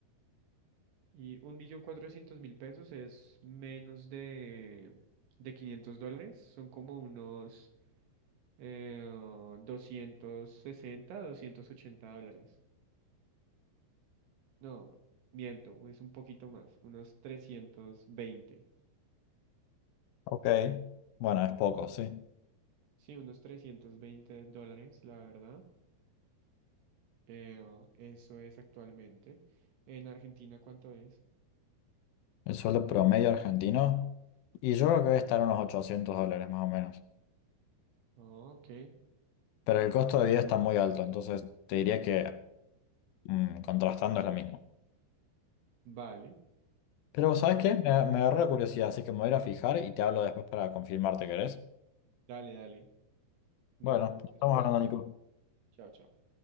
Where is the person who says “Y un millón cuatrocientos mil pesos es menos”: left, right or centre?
Right